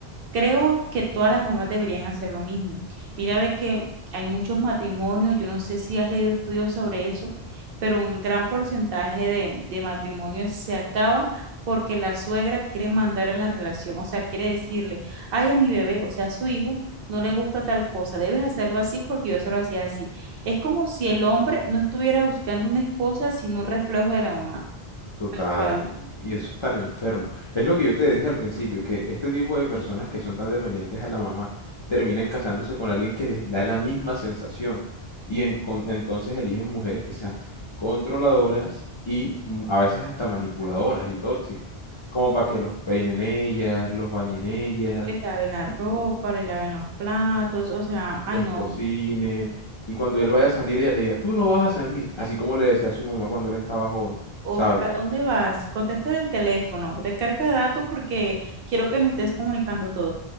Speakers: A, on the right; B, on the left.
A: Creo que todas las mamás deberían hacer lo mismo. Mira, ve que hay muchos matrimonios, yo no sé si has leído estudios sobre eso, pero un gran porcentaje de, de matrimonios se acaba porque la suegra quiere mandar en la relación, o sea, quiere decirle, ay, a mi bebé, o sea, a su hijo, no le gusta tal cosa, debes hacerlo así porque yo se lo hacía así. Es como si el hombre no estuviera buscando una esposa, sino un reflejo de la mamá,
B: Total,
A: al cual
B: y eso es tan enfermo. Es lo que yo te dije al principio, que este tipo de personas que son tan dependientes a la mamá terminan casándose con alguien que les da la misma sensación y en- con- entonces eligen mujeres que sean controladoras y mm, a veces hasta manipuladoras y tóxicas, como para que los peinen ellas, los bañen ellas,
A: le laven la
B: y
A: ropa, le laven los platos, o sea, ay,
B: les
A: no.
B: cocinen y cuando él vaya a salir ella le diga, tú no vas a salir, así como le decía a su mamá cuando él estaba joven,
A: o
B: ¿sabes?
A: ¿para dónde vas? Contesta el teléfono, recarga datos porque quiero que me estés comunicando todo.